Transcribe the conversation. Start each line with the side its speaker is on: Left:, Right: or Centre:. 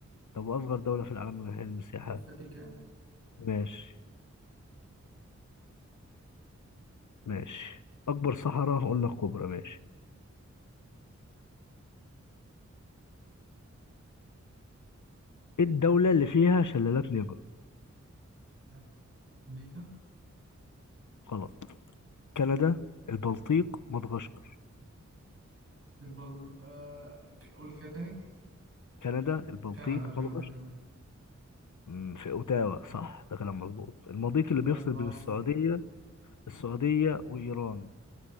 Left: طب أصغر دولة في العالم من حيث المساحة
Right: الفاتيكان
Left: ماشي ماشي أكبر صحراء هقول لك كبرى ماشي إيه الدولة اللي فيها شلالات نيجر
Right: آه، أمريكا
Left: غلط كندا البلطيق مدغشقر
Right: البل... آه... ك- قول كده تاني
Left: كندا البلطيق
Right: كندا كندا
Left: مدغشقر
Right: كندا
Left: أمم، في أوتاوا صح ده كلام مظبوط المضيق
Right: مكتبة
Left: اللي بيفصل
Right: العاصمة
Left: بين السعودية السعودية وإيران